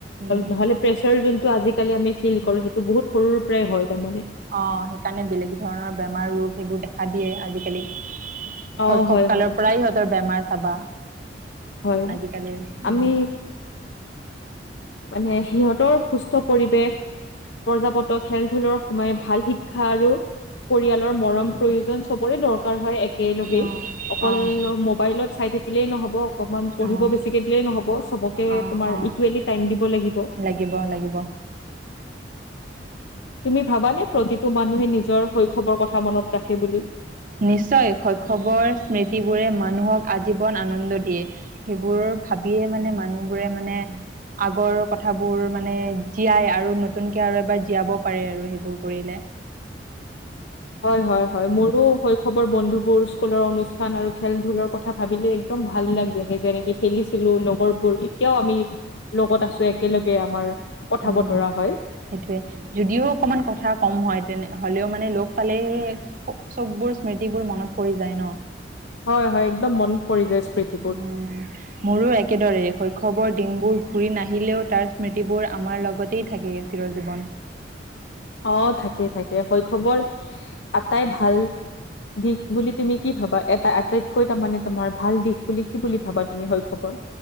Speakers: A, on the right (about 50°); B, on the left (about 80°).
A: উম।
B: নহ'লে প্ৰেচাৰ যোনটো আজিকালি আমি ফিল কৰো সেইটো বহুত সৰুৰে পৰাই হয় তাৰমানে।
A: অঁ' সেইকাৰণে বেলেগ ধৰণৰ বেমাৰ ৰোগ সেইবোৰ দেখা দিয়ে আজিকালি।
B: অ
A: শৈশৱ
B: হয়
A: কালৰ
B: হয়
A: পৰাই
B: হয়
A: সিহঁতৰ বেমাৰ চাবা
B: হয়
A: আজিকালিৰ, উমঁ'।
B: আমি মানে সিহঁতৰ সুস্থ পৰিৱেশ- প্ৰজপত খেল ধূলৰ সময় ভাল শিক্ষা আৰু- পৰিয়ালৰ মৰম প্ৰয়োজন চবৰে দৰকাৰ হয়- একেলগে,
A: অ',
B: অকল
A: অ',
B: মোবাইলত চাই থাকিলেই নহ'ব- অকমান পঢ়িব
A: অ',
B: বেছিকে দিলেই নহ'ব, চবকে
A: অ',
B: তোমাৰ
A: অ', অ'।
B: ইকুৱেলি- টাইম দিব লাগিব।
A: লাগিব লাগিব।
B: তুমি ভাবানে প্ৰতিটো মানুহে নিজৰ শৈশৱৰ কথা মনত ৰাখে বুলি?
A: নিশ্চয়, শৈশৱৰ স্মৃতিবোৰে মানুহক আজীৱন আনন্দ দিয়ে। সেইবোৰৰ ভাবিয়ে মানে মানুহবোৰে মানে- আগৰ কথাবোৰ মানে জীয়াই আৰু নতুনকে আৰু এবাৰ জীয়াব পাৰে আৰু সেইবোৰ কৰিলে।
B: হয় হয় হয়, মোৰো শৈশৱৰ বন্ধুবোৰ স্কুলৰ অনুষ্ঠান আৰু খেল ধূলৰ কথা- ভাবিলে একদম ভাল লাগি আহে যেনেকৈ খেলিছিলোঁ লগৰবোৰ- এতিয়াও আমি লগত আছো একেলগে আমাৰ। কথা
A: উমঁ।
B: বতৰা হয়
A: সেইটোৱে, যদিও অকমান কথা কম হয় তেনে হ'লেও মানে লগ পালেই- চ'ব বোৰ স্মৃতিবোৰ মনত পৰি যায় ন'।
B: হয় হয়, একদম মন পৰি যায় স্মৃতি।
A: উমঁ। মোৰো একেদৰে, শৈশৱৰ দিনবোৰ ঘূৰি নাহিলেও তাৰ স্মৃতিবোৰ আমাৰ লগতেই থাকে- চিৰ জীৱন।
B: অঁ' থাকে থাকে, শৈশৱৰ এটাই ভাল- দিশ বুলি তুমি কি ভাবা এটা আটাইতকৈ তাৰ মানে তোমাৰ ভাল দিশ বুলি কি বুলি ভাবা তুমি শৈশৱৰ?